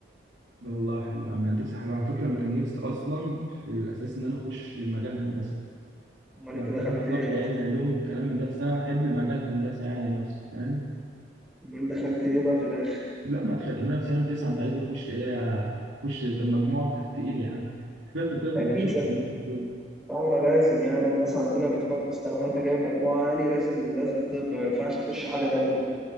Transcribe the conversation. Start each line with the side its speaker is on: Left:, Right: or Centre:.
Right: لا والله حلو يا عم هندسة حلوة على فكرة أنا كان نفسي أصلا في الأساس إن أنا أخش مجال هندسة
Centre: امال
Right: بس
Centre: انت دخلت
Right: أنا اخترت
Centre: ايه
Right: علم علوم والكلام من ده بس أنا بحب مجال هندسة يعني نفسه فاهم
Centre: امال دخلت ايه بقى في الاخر
Right: لا ما تخيل 98 و9 انت عايزني اخش ايه اخش ده مجموعك تقيل يا عم دخلت طب
Centre: اكيد
Right: يا باشا
Centre: دخلت
Right: وكملت الطب
Centre: اه لازم يعني الناس عندنا بتقدس طالما انت جايب مجموعه عالي لازم لازم طب ما ينفعش تخش حاجه تانية